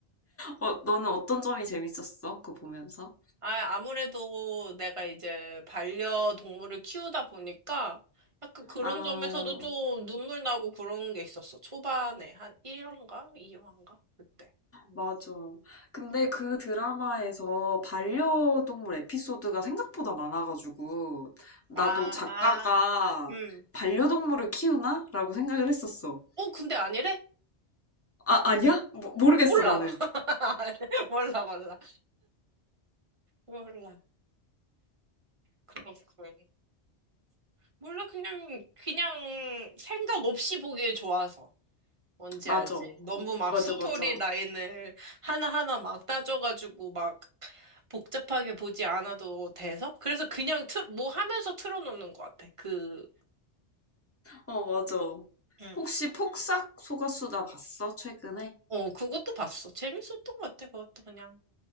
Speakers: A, on the left; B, on the right.
A: 어, 너는 어떤 점이 재밌었어? 그거 보면서?
B: 아, 아무래도 내가 이제 반려동물을 키우다 보니까 약간 그런
A: 아,
B: 점에서도 좀 눈물 나고 그런 게 있었어. 초반에 한 1화인가? 2화인가? 그때. 음.
A: 맞아. 근데 그 드라마에서 반려동물 에피소드가 생각보다 많아가지고, 나도
B: 아,
A: 작가가
B: 아, 음.
A: 반려동물을 키우나? 라고 생각을 했었어.
B: 어, 근데 아니래?
A: 아, 아니야? 모, 모르겠어,
B: 몰라.
A: 나는.
B: <laughs> 몰라, 몰라. 몰라. 그렇군. 몰라, 그냥, 그냥 생각 없이 보기에 좋아서. 뭔지
A: 맞아.
B: 알지? 너무 막
A: 맞아,
B: 스토리
A: 맞아.
B: 라인을 하나하나 막 따져가지고 막 복잡하게 보지 않아도 돼서? 그래서 그냥 틀, 뭐 하면서 틀어놓는 것 같아. 그거는.
A: 어, 맞아.
B: 응.
A: 혹시 폭삭 소가수다 봤어? 최근에?
B: 어, 그것도 봤어. 재밌었던 것 같아. 그것도 그냥.